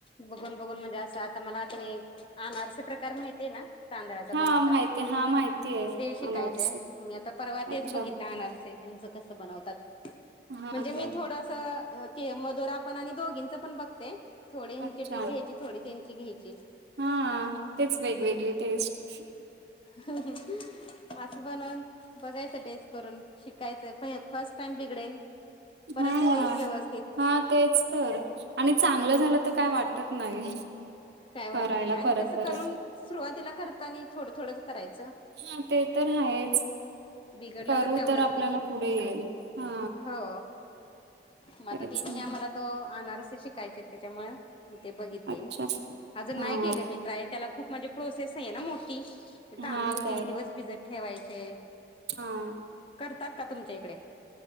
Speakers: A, on the left; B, on the right.
A: बघून बघून म्हणजे असं आता मला आ ते आणारसे प्रकार माहित आहे ना. तांदळाचा बनवतात.
B: हा माहिती हा माहिती आहे
A: ते शिकायचाय
B: अनारसे
A: मी आता परवा तेच
B: अच्छा
A: बघितले आणारसे. त्यांच कसं बनवतात
B: हा
A: म्हणजे
B: काय
A: मी थोड स के मधुरा पण आणि दोघींनच पण बघते. थोडी हेनची
B: अच्छा
A: ट्रिक घ्यायची थोडी तेन ची घ्यायची.
B: हा. तेच वेगवेगळी टेस्ट
A: ह <unintelligible> असं बनवून बघायचं टेस्ट करून शिकायचं पहि फर्स्ट टाइम बिघडेल. परत
B: हा ना.
A: होईल व्यवस्थित
B: हा तेच तर आणि चांगलं झालं तर काय वाटत नाही.
A: काय वाटत
B: करायला
A: नाही आणि
B: परत
A: कसं
B: परत
A: करून सुरुवातीला करत आणि थोडं थोडं करायचं.
B: हा ते तर आहेच.
A: बिघडलं
B: करू
A: तेवढंच
B: तर आपल्याला
A: बिघडत
B: पुढे येईल हा.
A: हो मग आता
B: तेच
A: ते म्हणे
B: ना
A: आम्हाला तो आणारसे शिकायचे त्याच्यामुळ मी ते बघितले.
B: अच्छा
A: र नाही
B: हा
A: के मी ट्राय त्याला खूप म्हणजे प्रोसेस आहे ना मोठी त तीन दिवस
B: हा काय
A: तांदुळ भीजत ठेवायचे.
B: हा.
A: करतात का तुमच्या इकडे?